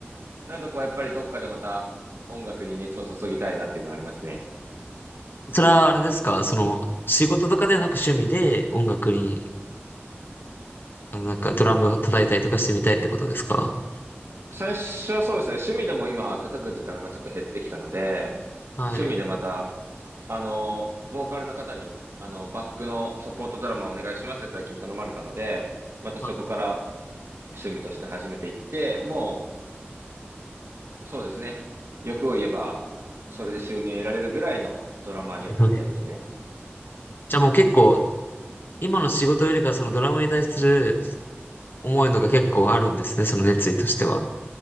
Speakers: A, on the right; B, on the left.
A: なんかこう、やっぱりどっかでまた音楽に熱を注ぎたいなっていうのはありますね。
B: それはあれですかその、仕事とかではなく趣味で音楽に、あなんかドラムを叩いたりとかしてみたいってことですか
A: 最初はそうですね、趣味でも今叩く時間がちょっと減ってきたので、
B: はい。
A: 趣味でまた、あの、ボーカルの方に、あの、バックのサポートドラマをお願いしますって最近頼まれたので、またそこから
B: はい
A: 趣味として始めていって、もう、そうですね。欲を言えば、それで収入得られるぐらいのドラマーにはなりたいですね。
B: はいじゃあもう結構、今の仕事よりかはそのドラムに対する思いのが結構あるんですね、その熱意としては。